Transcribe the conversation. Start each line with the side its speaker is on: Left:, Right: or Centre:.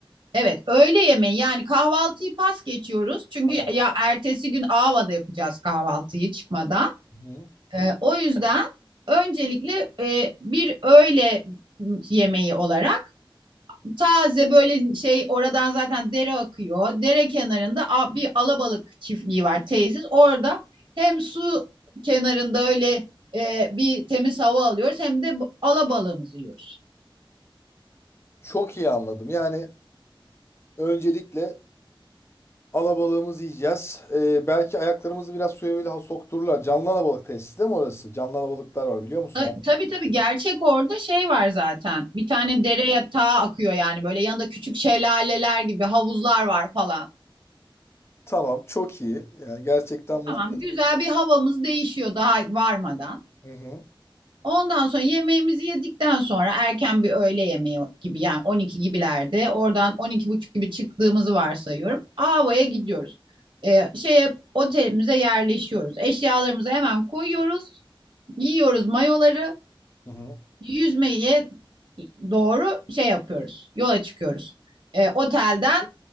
Right: Evet, öğle yemeği yani kahvaltıyı pas geçiyoruz. Çünkü
Left: Tamam.
Right: ya ertesi gün Ava'da yapacağız kahvaltıyı çıkmadan.
Left: Hı.
Right: Ee, o yüzden öncelikle e, bir öğle yemeği olarak taze böyle şey oradan zaten dere akıyor. Dere kenarında bir alabalık çiftliği var tesis. Orada hem su kenarında öyle e, bir temiz hava alıyoruz hem de alabalığımızı yiyoruz.
Left: Çok iyi anladım. Yani öncelikle alabalığımızı yiyeceğiz. Ee, belki ayaklarımızı biraz suya bile ha- soktururlar. Canlı alabalık tesisi değil mi orası? Canlı alabalıklar var biliyor musun?
Right: E, Tabii tabii gerçek orada şey var zaten. Bir tane dere yatağı akıyor yani böyle yanında küçük şelaleler gibi havuzlar var falan.
Left: Tamam. Çok iyi. Yani gerçekten muhteşem.
Right: Tamam güzel bir havamız değişiyor daha varmadan.
Left: Hı hı.
Right: Ondan sonra yemeğimizi yedikten sonra erken bir öğle yemeği gibi yani 12 gibilerde oradan 12 buçuk gibi çıktığımızı varsayıyorum. Ava'ya gidiyoruz. Ee, şeye otelimize yerleşiyoruz. Eşyalarımızı hemen koyuyoruz. Giyiyoruz mayoları.
Left: Hı hı.
Right: Yüzmeye doğru şey yapıyoruz. Yola çıkıyoruz. Ee, otelden